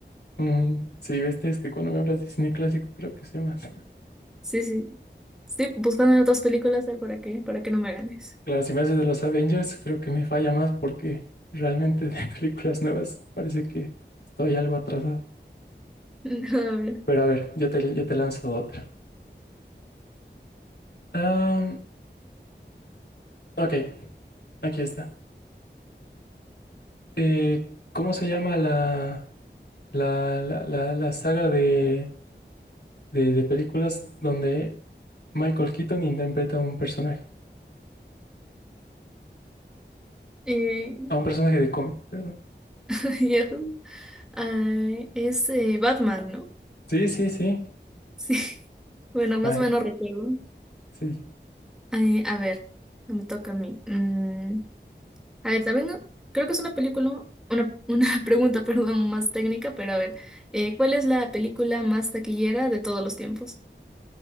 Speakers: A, on the left; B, in the centre.
A: Ujú. Sí, viste, es que cuando me hablas de cine clásico creo que sé más.
B: Sí, sí. Estoy buscando en otras películas a ver, para qué, para que no me ganes.
A: Claro, si me haces de los Avengers, creo que me falla más porque realmente de <laughs> películas nuevas parece que estoy algo atrasado.
B: <laughs> A ver.
A: Pero a ver, yo te, yo te lanzo otra. Am, ok, aquí está. Eh, ¿cómo se llama la, la, la, la, la saga de, de, de películas donde Michael Keaton interpreta a un personaje?
B: eh,
A: A un personaje de cómic, perdón.
B: <laughs> ya, ah, es eh, Batman, ¿no?
A: Sí, sí, sí.
B: Sí. <laughs> Bueno, más
A: Ay,
B: o menos recuerdo.
A: sí. sí.
B: Eh, a ver, me toca a mí. Mm, A ver, también no- creo que es una película, una, una <laughs> pregunta, perdón, más técnica, pero a ver, eh, ¿cuál es la película más taquillera de todos los tiempos?